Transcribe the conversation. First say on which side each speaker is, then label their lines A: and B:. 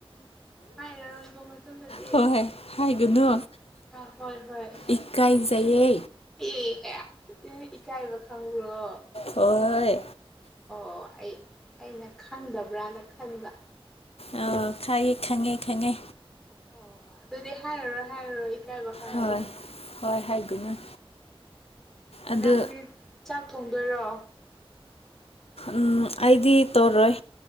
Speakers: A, in the centre; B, on the left.
A: ꯍꯥꯏꯔꯔꯣꯏꯒꯣ ꯃꯇꯨꯡꯗꯗꯤ
B: ꯍꯣꯏ ꯍꯥꯏꯒꯅꯨ
A: ꯍꯥ ꯍꯣꯏ ꯍꯣꯏ
B: ꯏꯀꯥꯏꯖꯩꯌꯦ
A: ꯈꯤꯠ ꯑꯦꯛ ꯏ ꯏꯀꯥꯏꯕ ꯈꯪꯕ꯭ꯔꯣ
B: ꯍꯣꯏ
A: ꯑꯣ ꯑꯩ ꯑꯩꯅ ꯈꯪꯗꯕ꯭ꯔꯅ ꯈꯟꯕ
B: ꯑꯣ ꯈꯌꯦ ꯈꯪꯉꯦ ꯈꯪꯉꯦ
A: ꯑꯣ ꯑꯗꯨꯗꯤ ꯍꯥꯏꯔꯔꯣꯏ ꯍꯥꯏꯔꯔꯣꯏ ꯏꯀꯥꯏꯕ ꯈꯪꯉꯗꯤ
B: ꯍꯣꯏ ꯍꯣꯏ ꯍꯥꯏꯒꯅꯨ ꯑꯗꯨ
A: ꯅꯪꯗꯤ ꯆꯥꯛ ꯊꯣꯡꯗꯣꯏꯔꯣ
B: ꯎꯝ ꯑꯥꯏꯗꯤ ꯇꯣꯔꯣꯏ